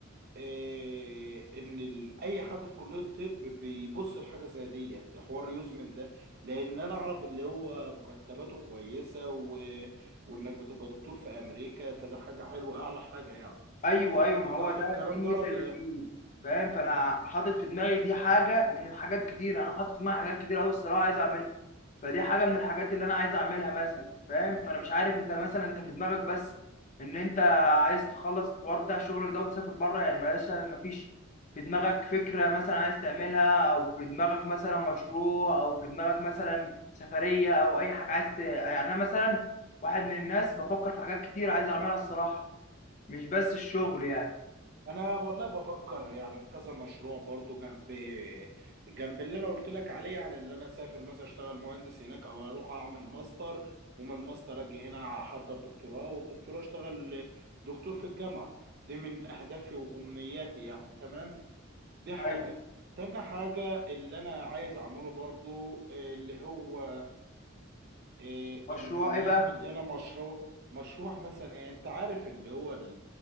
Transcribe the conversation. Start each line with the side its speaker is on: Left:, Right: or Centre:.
Right: آه، ان ال- اي حد في كليه الطب بيبص لحاجه زي ديت حوار يوزمن ده لان انا اعرف اللي هو مرتباته كويسه و... وانك بتبقى دكتور في امريكا فده حاجه حلوه اعلى حاجه يعني
Left: ايوه ايوه ما هو
Right: صح
Left: ده
Right: الكلام
Left: دي الميزه
Right: ده ولا
Left: اللي فيه
Right: إيه؟
Left: فاهم فانا حاطط في دماغي دي حاجه من الحاجات كتير انا حاطط في دماغي حاجات كتير قوي الصراحه عايز اعملها فدي حاجه من الحاجات اللي انا عايز اعملها مثلا فاهم فانا مش عارف انت مثلا انت في دماغك بس ان انت عايز تخلص الحوار بتاع شغلك ده وتسافر بره يعني مثلا ما فيش في دماغك فكره مثلا عايز تعملها او في دماغك مثلا مشروع او في دماغك مثلا سفريه او اي حاجه عايز ت... يعني انا مثلا واحد من الناس بفكر في حاجات كتير عايز اعملها الصراحه مش بس الشغل
Right: مم.
Left: يعني
Right: انا والله بفكر يعني في كذا مشروع برضو جنب جنب اللي انا قلت لك عليه يعني اللي انا اسافر مثلا اشتغل مهندس هناك او اروح اعمل ماستر ومن الماستر اجي هنا احضر دكتوراه والدكتوراه اشتغل دكتور في الجامعه دي من اهدافي وامنياتي يعني تمام دي حاجه
Left: ايوه
Right: تاني حاجه اللي انا عايز اعمله برضو آه، اللي هو آه،
Left: مشروع
Right: ان
Left: ايه بقى
Right: اعمل هنا مشروع مشروع مثلا إيه، انت عارف اللي هو